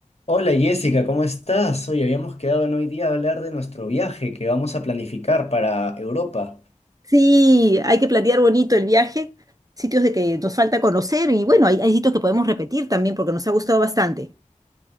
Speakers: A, on the left (about 55°); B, on the right (about 25°).
A: Hola Jessica, ¿cómo estás? Hoy habíamos quedado en hoy día a hablar de nuestro viaje que vamos a planificar para Europa.
B: Sí, hay que planear bonito el viaje, sitios de que nos falta conocer y bueno, hay, hay sitios que podemos repetir también porque nos ha gustado bastante.